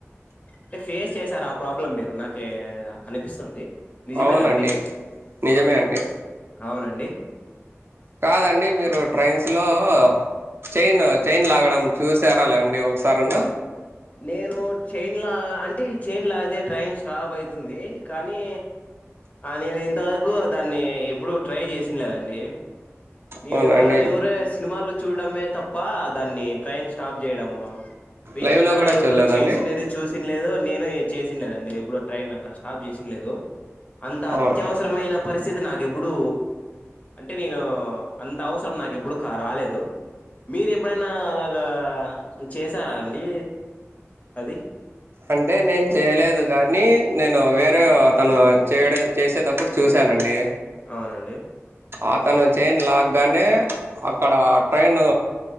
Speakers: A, on the left; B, on the right.
A: అంటే ఫేస్ చేసారు. ఆ ప్రాబ్లం మీరు నాకి అనిపిస్తుంది. నిజమేనా
B: అవునండి
A: అండి
B: నిజమే అండి
A: అవునండి
B: కాదండి మీరు ట్రైన్స్లో చైన్ చైన్ లాగడం చూసారా అలా అండి ఒకసారి అన్న
A: నేను చైన్ లా అంటే చైన్ లా ట్రైన్ స్టాప్ అయ్యింది కానీ నేను ఇంతవరకు దాన్ని ఎప్పుడు ట్రై చేసింది లేదండి <unintelligible>
B: అవునా అండి
A: ఎవరే సినిమాల్లో వచ్చ చూడడమే తప్ప దాన్ని ట్రైన్ స్టాప్ చేయడము రియల్
B: లైవ్లో
A: గా
B: కూడా
A: ఎవరు
B: చూడలేదండి
A: చేసినది చూసి నలేదు నేను చేసింది లేదు ఎప్పుడు ట్రైన్ అట్లా స్టాప్ చేసింది లేదు అంత
B: అవునండి
A: అత్యవసరమైన పరిస్థితి నాకేప్ ఇప్పుడు అంటే నేను అంత అవసరం నాకు ఎప్పుడు కా రాలేదు మీరు ఎప్పుడైనా అలాగా చేసారా అండి అది
B: అంటే నేను చేయలేదు కానీ నేను వేరే అతను చేయడ చేసేటప్పుడు చూసానండి
A: అవునండి
B: అతను చైన్ లాగగానే అక్కడ ట్రైన్